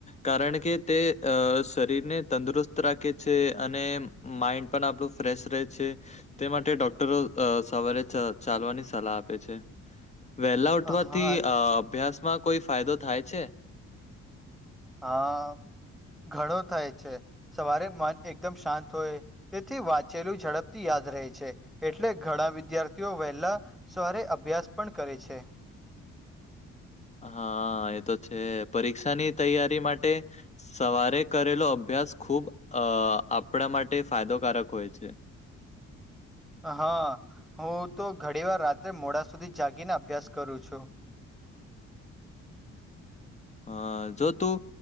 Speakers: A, on the left (about 20°); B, in the centre.
A: કારણ કે તે શરીરને તંદુરસ્ત રાખે છે અને માઈન્ડ પણ આપણું ફ્રેશ રહે છે. તે માટે ડોક્ટરો સવારે ચાલવાની સલાહ આપે છે. વેલા ઉઠવાથી
B: હા
A: અભ્યાસમાં કોઈ ફાયદો થાય છે?
B: હા ઘણો થાય છે સવારે મન એકદમ શાંત હોય તેથી વાંચેલું ઝડપથી યાદ રહે છે એટલે ઘણા વિદ્યાર્થીઓ વહેલા સવારે અભ્યાસ પણ કરે છે.
A: હા એ તો છે પરીક્ષાની તૈયારી માટે સવારે કરેલો અભ્યાસ ખૂબ અ આપણા માટે ફાયદોકારક હોય છે.
B: હા હું તો ઘડી વાર રાત્રે મોડા સુધી જાગીને અભ્યાસ કરું છું.
A: હા જો તું